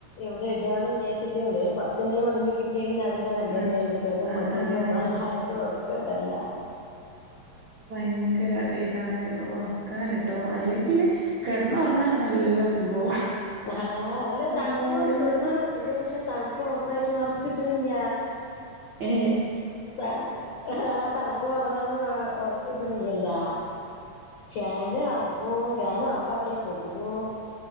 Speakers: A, on the left (about 70°); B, on the right (about 75°).
A: എവിടെ ഇടാന്ന് വിചാരിച്ചട്ട് എന്ത കുറച്ചെന്ത ഒണങ്ങി കിട്ടിയ പിന്ന അതില് നല്ലത്
B: ആഹ്
A: കുട്ടികളതും
B: അതാണ്
A: മക്കളതും തള്ളാർതും ഒക്കെണ്ടല്ലൊ
B: ങ്കര ഇതാണ് ഉണക്കാനിട്ടോ അല്ലെങ്കില് കിടന്നുറങ്ങാനാാണ് നല്ലാ സുഖവും
A: ആ അതല്ല തണുപ്പ്
B: മൂടി
A: കൊണ്ട്
B: പൊതച്ച്
A: കെടന്നൂർങ്ങാൻ സുഖണ്ട് പക്ഷെ തണുപ്പ് ഓവറായിട്ട് വർക്ക് നില്ല
B: ഏ
A: ത ആ് തണുപ്പ് ഓവറുമ്പോ ഉറക്കിട്ടണില്ലല്ലാ ഫാൻ്റെ തണപ്പും ഫൻ ഓഫ് ആക്കിയാ കൊതുകും